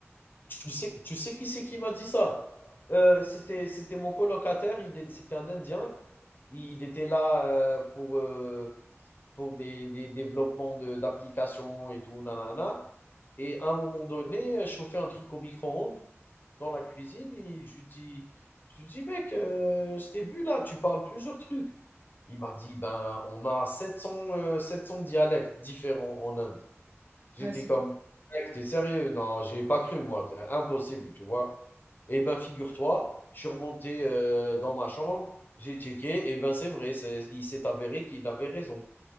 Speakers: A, on the left; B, on the right.
A: Tu sais, tu sais qui c'est qui m'a dit ça? Euh, c'était, c'était mon colocataire, il est- c'était un Indien. Il était là euh, pour, euh, pour des, des développements de- d'applications et tout, nanana. Et à un moment donné, je chauffais un truc au micro-ondes dans la cuisine et je lui dis, je lui dis, mec, euh, je t'ai vu là, tu parles plusieurs trucs. Il m'a dit, ben, on a 700, euh, 700 dialectes différents en Inde. J'étais
B: Ah, c'est
A: comme,
B: bon.
A: mec, t'es sérieux? Non, j'ai pas cru, moi. C'est Impossible, tu vois. et ben, figure-toi, je suis remonté euh, dans ma chambre, j'ai checké, et ben, c'est vrai, c'est- il s'est avéré qu'il avait raison.